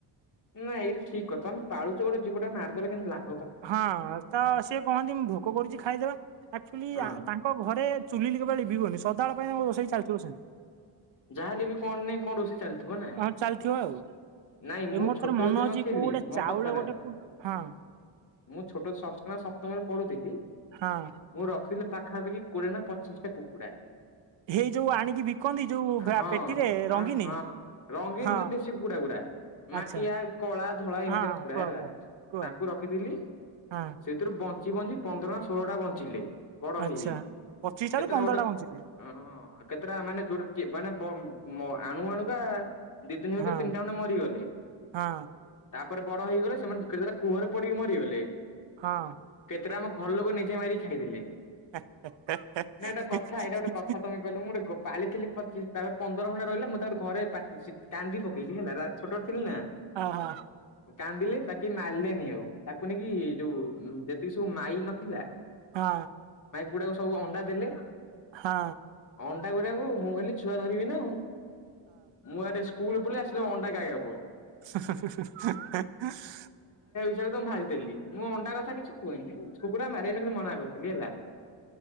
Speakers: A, on the left; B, on the right.
A: ନାଁ ଏଇଟା ଠିକ କଥା ତମେ ପାଳୁଛ ଗୋଟେ ଜୀବଟା ମାରିଦେଲେ କେମିତି ଲା
B: ହଁ ତ ସିଏ କହନ୍ତି ମୁଁ ଭୋକ କରୁଛି ଖାଇଦବା ଆକ୍ଚୁଆଲି
A: ହଁ
B: ତାଙ୍କ ଘରେ ଚୁଲି କେବେ ଲିିଭିବନି ସଦାବେଳେ ପାଇଁ ରୋଷେଇ ଚାଲିଥିବ ସେମିତି।
A: ଯାହା ହେେଲେ ବି କଣ ନାାଇଁ କଣ ରୋଷେଇ ଚାଲିଥିବ ନା?
B: ହଁ ଚାଲିଥିବ ଆଉ
A: ନାଇଁ ମୁଁ
B: ଏ ମୋର
A: ଛୋଟ
B: ଥରେ ମନେ
A: ଯେତଵେଳେ
B: ଅଛି
A: ନଥିଲି
B: କୋଉ ଗୋଟେ
A: ମୋ
B: ଚାଉଳ
A: କଥାଟା
B: ଗୋଟେ
A: ସୁଣ।
B: କୋଉ ହଁ
A: ମୁଁ ଛୋଟ ଷଷ୍ଠ ନା ସପ୍ତମରେ ପଢୁଥିଲି
B: ହଁ
A: ମୁଁ ରଖିଲି ପାଖାପଖି କୋଡିଏ ନା ପଚିଶି ଟା କୁକୁଡ଼ା ତା
B: ହେଇ ଯୋଉ ଆଣିକି ବିକନ୍ତି ଯୋଉ ଭା
A: ହଁଆ
B: ପେଟିରେ ରଙ୍ଗିନୀ
A: ହଁ ରଙ୍ଗୀନ୍
B: ହଁ
A: ନୁହଁ ଦେଶୀ କୁକୁଡା ଗୁଡା। ମାଟିଆ
B: ଆଚ୍ଛା
A: କଳା ଧଳା ଏମିତି
B: ହଁ ହଁ
A: କୁକୁଡା
B: କୁହ
A: ହେଲା
B: କୁହ କୁହ
A: ତାଙ୍କୁ ରଖିଥିଲି।
B: ହଁ
A: ସେଥିରୁ ବଞ୍ଚି ବଞ୍ଚି ପନ୍ଦର ନା ଷୋଳଟା ବଞ୍ଚିଲେ। ବଡ
B: ଆଚ୍ଛା।
A: ହେଇହେଇ
B: ପଚିଶଟାରୁ
A: କେତେଟା
B: ପନ୍ଦରଟା
A: ଗୋଟେ
B: ବଞ୍ଚିଲେ
A: ଓହୋ କେତେଟା ମାନେ ଯୋଉ ମାନେ ଆଣୁ ଆଣୁକା ଦି ଦିନି ଭିତରେ
B: ହଁ
A: ତିନିଟା ଖଣ୍ଡେ ମରିଗଲେ।
B: ହଁ
A: ତାପରେ ବଡ ହେଇଗଲେ ସେମାନେ କେତେଟା କୁଅରେ ପଡିକି ମରିଗଲେ।
B: ହଁ।
A: ସେରେ ଆମ ଘର ଲୋକ ନିଜେ ମାରି ଖାଇଦେଲେ।
B: <unintelligible>
A: ନା ଏଇଟା କଥା ଏଇଟା ଗୋଟେ କଥା ତମେ କହିଲ ମୁଁ ଗୋଟେ ପାଳିଥିଲି ପଚିଶ ତାପରେ ପନ୍ଦର ଘଣ୍ଡେ ରହିଲା ମୁଁ ତାପରେ ଘରେଟି କାନ୍ଦି ପକେଇଲି ହେଲା। ଛୋଟ ଥିଲି ନା
B: ଓ ହୋ।
A: କାନ୍ଦିଲି ତାକି ମା ପାଳିଲିନି ଆଉ ତାକୁ ନେଇକି ଯୋଉ ଯେତିକି ସବୁ ମାଇ ନଥିଲା
B: ହଁ।
A: ଗୁଡାକ ସବୁ ଅଣ୍ଡା ଦେଲେ।
B: ହଁ।
A: ଅଣ୍ଡା ଗୁରାଙ୍କୁ ମୁଁ କହିଲି ଛୁଆ ଧରିବି ନା ମୁଁ, ମୁଁ ଆଡେ ସ୍ କୁଲୁ ପଲେଇ ଆସିଲେ ଅଣ୍ଡା ଖାଇ ହବ।
B: <unintelligible>
A: ଚେଲ୍ ତ ମୁଁ ଭାଜିଦେଲି ମୁଁ ଅଣ୍ଡା କଥା କିଛି କୁହେନି। କୁକୁଡ଼ା ମାରି <unintelligible> ମନା କରିଥିଲି ହେଲା